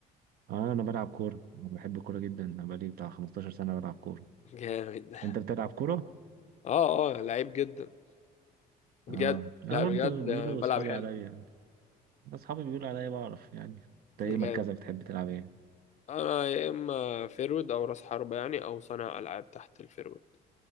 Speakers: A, on the right; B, on the left.
A: اه انا بلعب كوره بحب الكوره جدا انا بقالي بتاع 15 سنه بلعب كوره
B: <laughs> جامد
A: انت بتلعب كوره
B: اه اه لعيب جدا بجد
A: اه انا
B: لا
A: برضه
B: بجد
A: بيقولوا
B: بلعب
A: اصحابي
B: حلو
A: عليا يعني اصحابي بيقولوا عليا بعرف يعني انت ايه
B: جامد
A: مركزك بتحب تلعب ايه
B: انا يا اما فيرود او راس حربة يعني او صانع العاب تحت الفيرود